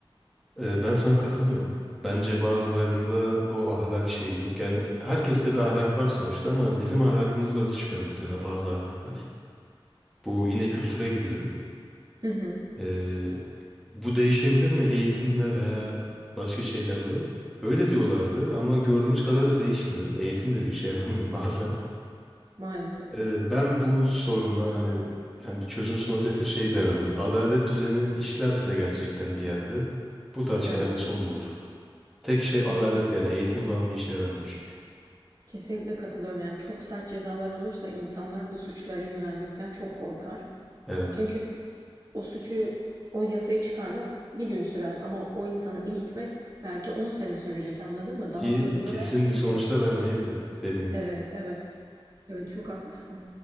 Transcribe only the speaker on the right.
Hı hı.
Maalesef.
Evet.
Kesin,
kesinlikle katılıyorum. Yani çok sert cezalar olursa insanlar bu suçlara yönelmekten çok korkar.
Çünkü O suçu, o yasayı çıkarmak bir gün sürer ama o insanı eğitmek belki 10 sene sürecek anladın mı? Daha
hızlı
ve
efektif.
Evet, evet. Evet çok haklısın.